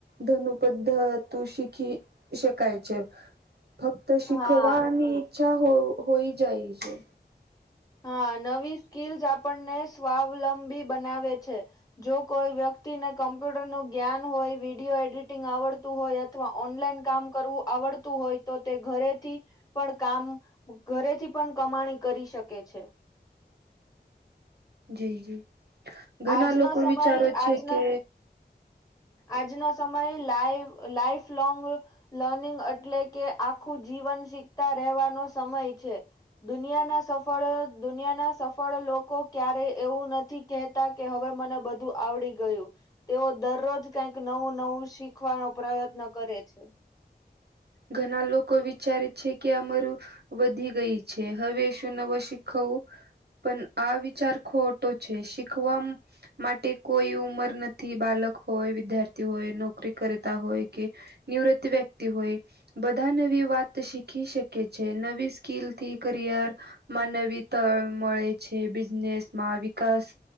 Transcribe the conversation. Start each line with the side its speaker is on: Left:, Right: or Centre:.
Right: ધનુ પદ્ધત શીખી શકાય છે ફક્ત તો શીખવાની
Left: હા
Right: ઈચ્છા હો હોઈ જાય છે.
Left: હા નવી સ્કીલ્સ આપણને સ્વાવલંબી બનાવે છે. જો કોઈ વ્યક્તિને કમ્પ્યુટર નું જ્ઞાન હોય વિડીિયો એડિટિંગ આવડતું હોય. શીખવા ઓનલાઈન કામ કરવું આવડતું હોય તો તે ઘરેથી પણ કામ ઘરેથી પણ કમાણી કરી શકે છે.
Right: જી જી ઘણા
Left: આજનો
Right: લોકો
Left: સમય
Right: વિચારો છે
Left: આજના
Right: કે
Left: આજનો સમય લાઈ લાઈફ લોંગ લર્નિંગ એટલે કે આખું જીવન શીખતા રહેવાનો સમય છે. દુનિયાના સફળ દુનિયાના સફળ લોકો ક્યારે એવું નથી કે કે હવે મને બધું આવડી ગયું. તેઓ દરરોજ કઈક નવું નવું શીખવાનો પ્રયત્ન કરે છે.
Right: ઘણા લોકો વિચારે છે કે અમારું વધી ગઈ છે હવે શું નવુ શીખવું? પણ આ વિચાર ખોટો છે શીખવા માટે કોઈ ઉંમર નથી બાળક હોય વિદ્યાર્થી હોય નોકરી કરતા હોય કે નિવૃત્ત વ્યક્તિ હોય. બધા નવી વાત શીખી શકે છે નવી સ્કીલથી કરિયર માનવીતા મળે છે બિઝનેસ માં વિકાસ